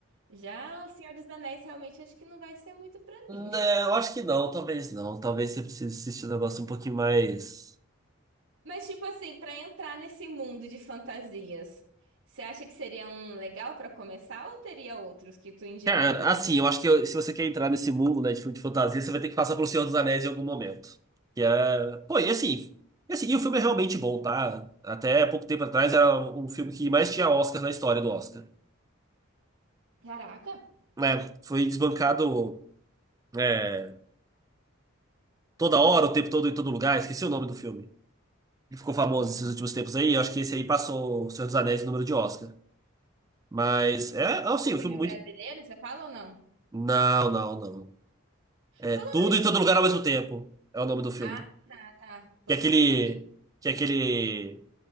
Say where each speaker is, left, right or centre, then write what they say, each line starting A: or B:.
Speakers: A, on the right (about 80°); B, on the right (about 15°).
A: Já O Senhor dos Anéis realmente acho que não vai ser muito pra mim.
B: Né, eu acho que não, talvez não. Talvez você precise assistir um negócio um pouquinho mais.
A: Mas, tipo assim, pra entrar nesse mundo de fantasias, você acha que seria um legal pra começar ou teria outros que tu indicaria?
B: Cara, assim, eu acho que eu- se você quer entrar nesse mundo, né, de filme de fantasia, você vai ter que passar pelo Senhor dos Anéis em algum momento. Que é. Pô, e assim, e assim, e o filme é realmente bom, tá? Até pouco tempo atrás era o filme que mais tinha Oscar na história do Oscar.
A: Caraca!
B: É, foi desbancado é, toda hora, o tempo todo, em todo lugar. Esqueci o nome do filme. Ele ficou famoso
A: Hum.
B: esses últimos tempos aí. Eu acho que esse aí passou o Senhor dos Anéis em número de Oscar. Mas é, é assim,
A: O filme
B: um filme muito.
A: brasileiro, você fala ou não?
B: Não, não, não. É
A: Falando
B: Tudo
A: nisso,
B: em Todo Lugar
A: viu?
B: ao mesmo tempo. É o nome do filme.
A: Ah, tá, tá. Vou
B: Que é
A: até
B: aquele.
A: escrever aqui.
B: Que é aquele.